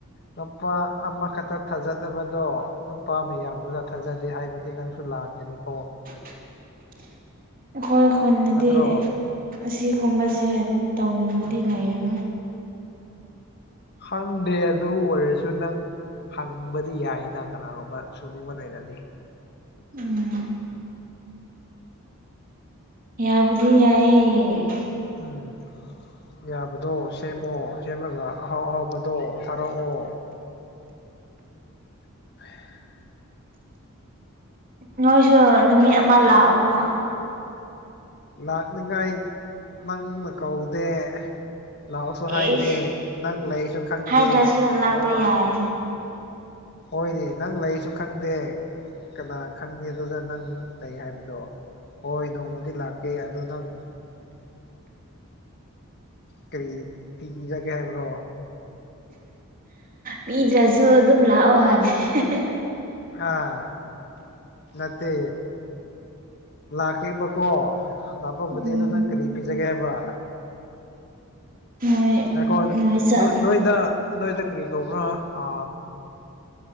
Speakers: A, on the left; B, on the right.
A: ꯅꯨꯄꯥ ꯑꯃꯈꯛꯇ ꯊꯥꯖꯗꯕꯗꯣ ꯅꯨꯄꯥ ꯃꯌꯥꯝꯗꯨꯗ ꯊꯥꯖꯗꯦ ꯍꯥꯏꯕꯗꯤ ꯅꯪ ꯂꯥꯟꯒꯅꯤꯀꯣ
B: <inaudible> ꯑꯩꯈꯣꯏ ꯈꯨꯟꯗꯗꯤ
A: ꯅꯠꯇ꯭ꯔꯣ
B: ꯑꯁꯤꯒꯨꯝꯕꯁꯦ ꯇꯧꯅꯤꯡꯉꯗꯤ
A: ꯎꯝ
B: ꯂꯩꯔꯔꯣꯏ
A: ꯈꯪꯗꯦ ꯑꯗꯨ ꯑꯣꯏꯔꯁꯨ ꯅꯪ ꯍꯪꯕꯗꯤ ꯌꯥꯏꯌꯦꯅ ꯀꯅꯥꯒꯨꯝꯕ ꯁꯨꯅꯤꯡꯕ ꯂꯩꯔꯗꯤ
B: ꯎꯝ ꯌꯥꯕꯨꯗꯤ ꯌꯥꯏꯌꯦ
A: ꯎꯝ ꯌꯥꯕꯗꯣ ꯁꯦꯝꯃꯣ ꯁꯦꯝꯃꯒ ꯑꯍꯥꯎ ꯑꯍꯥꯎꯕꯗꯣ ꯊꯥꯔꯛꯑꯣ <unintelligible>
B: ꯅꯣꯏꯁꯨ ꯅꯨꯃꯤꯠ ꯑꯃ ꯂꯥꯛꯑꯣꯅ
A: ꯂꯥꯛꯅꯤꯡꯉꯥꯏ ꯅꯪꯅ ꯀꯧꯗꯦ ꯂꯥꯛꯑꯣꯁꯨ
B: ꯑꯦꯁ
A: ꯍꯥꯏꯗꯦ ꯅꯪ ꯂꯩꯁꯨ ꯈꯪꯗꯦ
B: ꯍꯥꯏꯗ꯭ꯔꯁꯨ
A: <unintelligible>
B: ꯂꯥꯛꯄ ꯌꯥꯏ
A: ꯍꯣꯏꯅꯦ ꯅꯪ ꯂꯩꯁꯨ ꯈꯪꯗꯦ ꯀꯅꯥ ꯈꯪꯅꯤ ꯑꯗꯨꯗ ꯅꯪ ꯂꯩ ꯍꯥꯏꯕꯗꯣ ꯍꯣꯏ ꯅꯣꯡꯃꯗꯤ ꯂꯥꯛꯀꯦ ꯑꯗꯣ ꯅꯪ ꯀꯔꯤ ꯄꯤꯔꯒꯦ ꯍꯥꯏꯕ꯭ꯔꯣ
B: ꯄꯤꯗ꯭ꯔꯁꯨ ꯑꯗꯨꯝ ꯂꯥꯛꯑꯣ ꯍꯥꯏꯕꯤ <unintelligible>
A: ꯑꯥ ꯅꯠꯇꯦ ꯂꯥꯛꯀꯦꯕꯀꯣ ꯂꯥꯞꯄꯕꯨꯗꯤ
B: ꯎꯝ
A: ꯑꯗꯣ ꯅꯪ ꯀꯔꯤ ꯄꯤꯖꯒꯦ ꯍꯥꯏꯕ꯭ꯔꯥ
B: ꯅꯣꯏ
A: ꯉꯥꯏꯈꯣ
B: ꯅꯣꯏ ꯆꯪ
A: ꯅꯣꯏꯗ ꯅꯣꯏꯗ ꯀꯔꯤ ꯀꯧꯕ꯭ꯔꯥ ꯑ